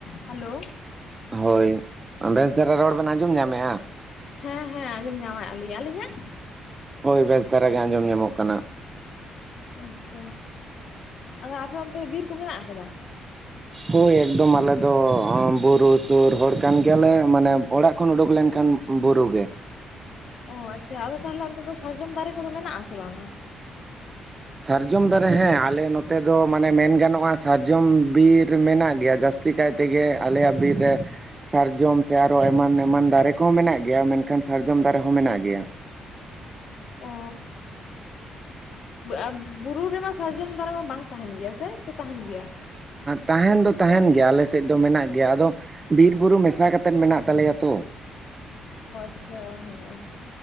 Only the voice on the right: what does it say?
ᱦᱳᱭ ᱵᱮᱥ ᱫᱷᱽᱟᱨᱟ ᱨᱚᱲ ᱵᱮᱱ ᱟᱸᱡᱚᱢ ᱧᱟᱢᱮᱫᱼᱟ?
ᱦᱳᱭ ᱵᱮᱥ ᱫᱷᱽᱟᱨᱟ ᱜᱮ ᱟᱸᱡᱚᱢ ᱧᱟᱢᱚᱼᱜ ᱠᱟᱱᱟ᱾
ᱦᱳᱭ ᱮᱠᱫᱚᱢ ᱟᱞᱮ ᱫᱚ ᱵᱩᱨᱩ ᱥᱩᱨ ᱦᱚᱲ ᱠᱟᱱ ᱜᱮᱭᱟᱞᱮ ᱾ ᱢᱟᱱᱮ ᱚᱲᱟᱜ ᱠᱷᱚᱱ ᱩᱰᱩᱠ ᱞᱮᱱᱠᱷᱟᱱ ᱵᱩᱨᱩ ᱜᱮ᱾
ᱥᱟᱨᱡᱚᱢ ᱫᱟᱨᱮ ᱦᱮᱸ ᱟᱞᱮ ᱱᱚᱛᱮ ᱫᱚᱸ ᱢᱟᱱᱮ ᱢᱮᱱ ᱜᱟᱱᱚᱜᱼᱟ ᱾ ᱥᱟᱨᱡᱚᱢ ᱵᱤᱨ ᱢᱮᱱᱟ-ᱜ ᱜᱮᱭᱟ ᱡᱟᱹᱥᱛᱤ ᱡᱟᱹᱥᱛᱤ ᱠᱟᱭ ᱛᱮᱜᱮ ᱟᱞᱮᱭᱟᱜ ᱵᱤᱨ ᱨᱮ ᱥᱟᱨᱡᱚᱢ ᱥᱮ ᱟᱨᱚ ᱮᱢᱟᱱ ᱮᱢᱟᱱ ᱫᱟᱨᱮ ᱠᱚᱦᱚᱸ ᱢᱮᱱᱟᱜ ᱜᱮᱭᱟ ᱢᱮᱱᱠᱷᱟᱱ ᱥᱟᱨᱡᱚᱢ ᱫᱟᱨᱮ ᱦᱚᱸ ᱢᱮᱱᱟᱜ ᱜᱮᱭᱟ ᱾
ᱛᱟᱦᱮᱱ ᱫᱚ ᱛᱟᱦᱮᱱ ᱜᱮᱭᱟ ᱟᱞᱮ ᱥᱮᱫ ᱫᱚ ᱢᱮᱱᱟᱜ ᱜᱮᱭᱟ, ᱟᱫᱚ ᱵᱤᱨᱵᱩᱨᱩ ᱢᱮᱥᱟ ᱠᱟᱛᱮᱮᱫ ᱢᱮᱱᱟᱜ ᱛᱟᱞᱮᱭᱟ ᱛᱚ ᱾